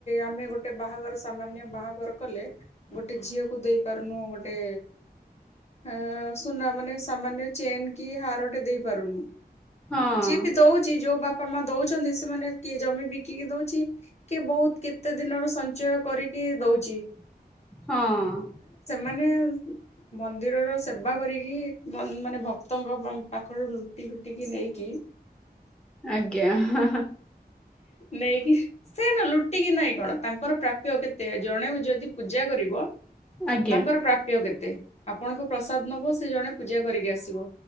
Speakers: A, on the left; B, in the centre.
A: ଆମେ ଗୋଟେ ବାହାଘର ସାମାନ୍ୟ ବାହାଘର କଲେ ଗୋଟେ ଝିଅକୁ ଦେଇ ପାରୁନୁ ଗୋଟେ ଆ ଆ ଆ ସୁନା ମାନେ ସାମାନ୍ୟ ଚେନ କି ହାରଟେ ଦେଇ ପାରୁନୁ।
B: ହଁ
A: ଯିଏ ବିି ଦଉଛି ଯୋଉ ବାପ ବାପା ମା ଦଉଛନ୍ତି ସେମାନେ କିଏ ଜମି ବିକିକି ଦଉଚି କି ବହୁତ କେତେ ଦିନର ସଞ୍ଚୟ କରିକି ଦଉଚି
B: ହଁ
A: ମାନେଏ ମନ୍ଦିରର ସେବା କରିକି ମନ୍ଦ ମାନେ ଭକ୍ତଙ୍କ ପା ପାଖରୁ ଲୁଟି ଲୁଟିକି ନେଇକି
B: ଆଜ୍ଞା ହଁ ହଁ।
A: ନେଇକି ସେ ନ ଲୁଟିକି ନାଇଁ କଣ ତାଙ୍କର ପ୍ରାପ୍ୟ କେତେ ଜଣେ ଓ ଯଦି ପୂଜା କରିବ।
B: ଆଜ୍ଞା
A: ତାଙ୍କର ପ୍ରାପ୍ୟ କେ ତେ ଆପଣଙ୍କ ପ୍ରସାଦ ନବ ସେ ଜଣେ ପୂଜା କରିକି ଆସିବ